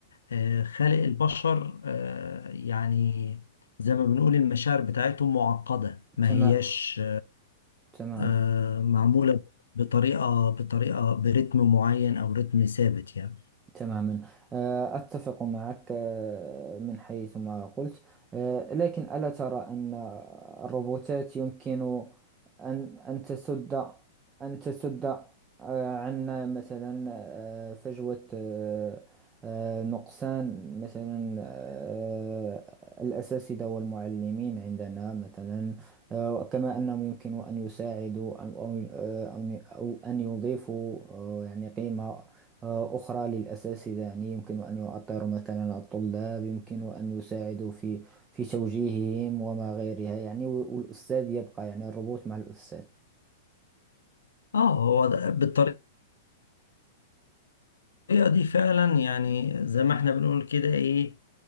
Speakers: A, on the left; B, on the right.
A: آه، خالق البشر آه، يعني زي ما بنقول المشاعر بتاعتهم معقدة ما
B: تمام
A: هياش
B: تمام
A: آه، معمولة بطريقة بطريقة برتم معين أو رتم ثابت يعني
B: تماما آه، أتفق معك آه، من حيث ما قلت آه، لكن ألا ترى أن الروبوتات يمكن أن أن تسد أن تسد آه، عنا مثلا آه، فجوة آه، آه، نقصان مثلا آه، الأساتذة والمعلمين عندنا مثلا آه، كما أنهم يمكن أن يساعدوا أو أو آه، أو أن يضيفوا آه، يعني قيمة آه، أخرى للأساتذة يعني يمكن أن يؤطروا مثلا الطلاب يمكن أن يساعدوا في في توجيههم وما غيرها يعني و- والأستاذ يبقى يعني الربط مع الأستاذ
A: اه هو ده- بالطريقة دي فعلا يعني زي ما احنا بنقول كده ايه